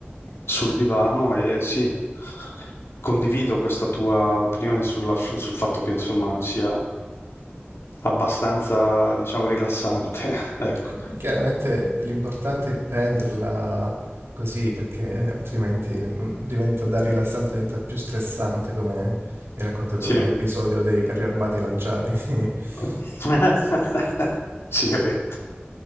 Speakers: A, on the left; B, on the right.
A: sul divano e sì, condivido questa tua opinione sulla- sul fatto che insomma sia abbastanza, diciamo, rilassante, <laughs> ecco.
B: Eh, Chiaramente l'importante è prenderla così perché altrimenti mm, diventa da rilassante, diventa più stressante come mi ha raccontato
A: Sì.
B: l'episodio dei carri armati lanciati. <laughs>
A: <laughs> Sì, è vero.